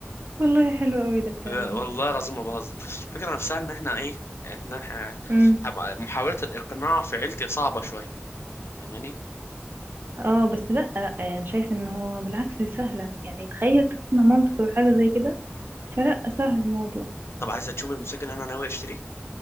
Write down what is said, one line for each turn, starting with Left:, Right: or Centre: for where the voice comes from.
Right: والله حلو قوي ده الكلام
Left: لا، والله
Right: ده
Left: العظيم ما بهزر الفكره نفسها ان احنا ايه احنا إحنا-
Right: امم
Left: محاوله الاقناع في عيلتي صعبه شويه فاهماني
Right: اه بس لا لا يعني شايف ان هو بالعكس هي سهلة يعني تخيل تقنع مامتك بحاجة زي كده فلا سهل الموضوع
Left: طب عايزه تشوفي الموتوسيكل اللي انا ناوي اشتريه